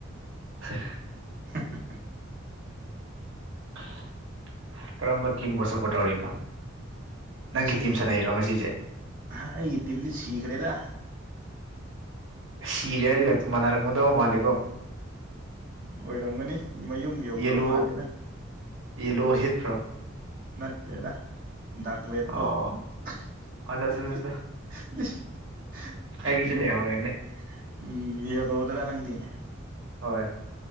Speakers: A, on the right (about 70°); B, on the right (about 45°).
A: <unintelligible>
B: <unintelligible>
A: ꯍꯨꯝꯁ ꯀꯔꯝꯕ ꯇꯤꯝꯕꯨ ꯁꯞꯄꯣꯔꯠ ꯇꯧꯔꯤꯅꯣ
B: ꯉꯁꯤꯗꯤ
A: ꯅꯪꯒꯤ ꯇꯤꯝ
B: ꯕꯦꯜ
A: ꯁꯥꯟꯅꯩꯔꯣ ꯉꯁꯤꯁꯦ
B: ꯑꯥꯍ ꯑꯩꯒꯤ ꯇꯤꯝꯗꯤ ꯁꯤꯒ꯭ꯔꯦꯗ
A: ꯁꯤꯒ꯭ꯔꯦ ꯍꯥꯏꯔꯒ
B: ꯌꯨꯝ
A: ꯃꯥꯟꯅꯥꯔꯝꯒꯗꯧꯕ ꯃꯥꯜꯂꯦꯀꯣ
B: ꯑꯣꯏꯔꯝꯒꯅꯤ ꯃꯌꯨꯝ ꯌꯧꯒ꯭ꯔꯕ
A: ꯌꯦꯜꯂꯣ
B: ꯃꯥꯜꯂꯦꯗ
A: ꯌꯦꯜꯂꯣ ꯍꯤꯠꯄ꯭ꯔꯣ
B: <unintelligible>
A: ꯑꯣ ꯑꯠꯆꯥ ꯑꯠꯆꯥ ꯑꯠꯆꯥ ꯑꯩꯒꯤꯁꯨ
B: ꯃꯌꯨꯝ
A: ꯂꯩꯍꯧꯔꯦꯅꯦ
B: <unintelligible>
A: ꯍꯣꯏ